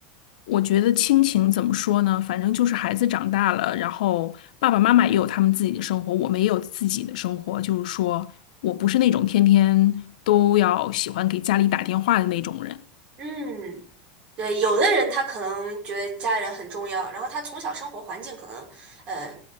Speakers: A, on the left; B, on the right.
A: 我觉得亲情怎么说呢？反正就是孩子长大了，然后爸爸妈妈也有他们自己的生活，我们也有自己的生活。就是说我不是那种天天都要喜欢给家里打电话的那种人。
B: 嗯，对，有的人他可能觉得家人很重要，然后他从小生活环境可能呃